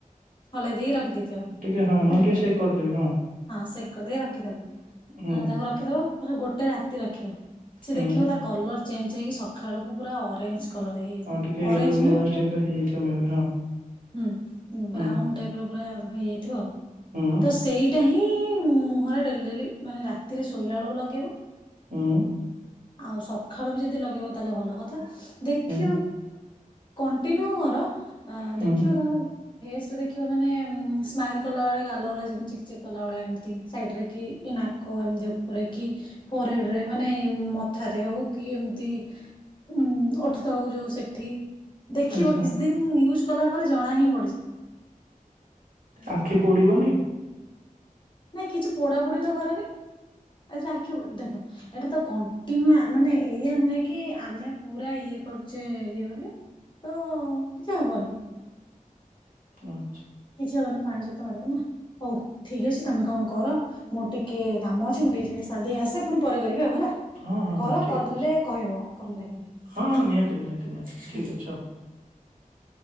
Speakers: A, on the left; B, on the right.
A: ହଲେଇ ଦେଇକି ରଖିଦେଇେଇଥିବ
B: ଟିକେ ହଁ ମାନେ
A: ହେଲା
B: ଟିକେ ସେକ୍ କରିଦେବି ହଁ
A: ହଁ ସେକ ଦେଇେଇ ରଖିଦବ
B: ହୁଁ।
A: ତାକୁ ରଖିଦବ। ମ ଗୋଟେ ରାତି ରଖିବ। ସେ
B: ହୁଁ
A: ଦେଖିବ ତା କଲର ଚେଞ୍ଜ ହେଇକି ସକାଳୁକୁ ପୁରା ଅରେଞ୍ଜ କଲର ଏଇଇ
B: ହଁ ଟିକେ
A: ଅରେଞ୍
B: ୟେଲୋ କି
A: ନୁହଁ।
B: ଅରେଞ୍ଜ ଟାଇପର ହେଇଯାଇଥିବ ମେ ବି ହଁ
A: ହଁ ବ୍ରାଉନ୍
B: ହୁଁ।
A: ଟାଇପ ର ପୁରା ହେଇଯାଇଥିବ ଆଉ
B: ହୁଁ
A: ତ ସେଇଟା ହିଁ ମୁହଁରେ ଡେଲି ଡେଲି ମାନେ ରାତିରେ ଶୋଇଲା ବେଳକୁ ଲଗେଇବ
B: ହଁ
A: ଆଉ ସକାଳୁ ବି ଯଦି ଲଗେଇବ ତାହେଲେ ଭଲ କଥା ଦେଖୁ
B: ହୁଁ
A: କଣ୍ଟିନ୍ୟୁ କର ଆ
B: ହୁଁ
A: ଦେଖିବ ତମ ଫେସ ରେ ଦେଖିବ ମାନେ ସ୍ମାଇଲ କଲା ବେଳକୁ ଗାଲ ରା ଯେମତି ଚିକ ଚିକ କଲା ଭଳିଆ ଏମତି ସାଇଡରେ କି ନାକ ଏମି ଉପରେ କି ଫୋରହେଡରେ ମାନେ ମଥାରେ ହଉ କି ଏମିତି ଉ ଅଠ ତଳକୁ ଯୋଉ ସେଠି ଦେଖିବ
B: ଆଚ୍ଛା
A: କିଛି ଦିନ ୟୁଜ କଲା ପରେ ଜଣା ହେବ
B: ଆଖି ପଡିବନି
A: ନାଇଁ କିଛି ପୋଡାପୋଡି ତ କରେନି ଆ ଆଖୀ ଦେଖ ଏଇଟା ତ କଣ୍ଟିନ୍ୟୁ ମାନେ ଏଇଆ ନୁହେଁ କି ଆମେ ପୁରା ଇଏ କର ସେ ଇଏ ବୋଲି ତ କିଛି ହବନି
B: ହଁ
A: କିଛି ହବନି ପାଞ୍ଚ ସତ ତମେ ଦେବ ନା ହଉ ଠିକ ଅଛି ତମେ କଣ କର ମୁଁର ଟିକେ କାମ ଅଛି ମୁଁ ଟିକେ ଯାଇଧ ଆସେ ପୁଣି ପରେ କରିବି ଆଉ ହେଲା
B: ହଁ ହଁ
A: କର
B: ହଁ ଠିକ
A: କରଲେ
B: ଅଛି
A: କହିବ କମିଲା କି ନାହିଁ
B: ହଁ ହଁ
A: ହେଲା
B: ନିହାତି ନିହାତି ନିହାତି
A: ହୁଁ।
B: ଠିକ ଅଛି ହଉ